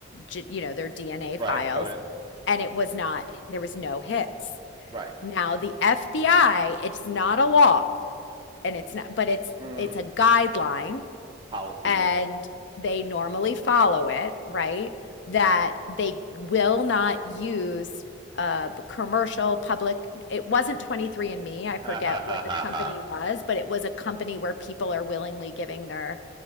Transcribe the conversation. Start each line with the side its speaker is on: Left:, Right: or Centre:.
Left: you know, their DNA files,
Right: Right. Code is
Left: and it was not, there was no hits.
Right: right.
Left: Now, the FBI, it's not a law, and it's not, but it's
Right: Mm.
Left: it's a guideline
Right: Policy.
Left: and
Right: Yes. <laughs>
Left: they normally follow it, right? That they will not use uh commercial public it wasn't 23 and Me. I
Right: Ha
Left: forget
Right: ha
Left: what
Right: ha
Left: the
Right: ha
Left: company
Right: ha.
Left: was, but it was a company where people are willingly giving their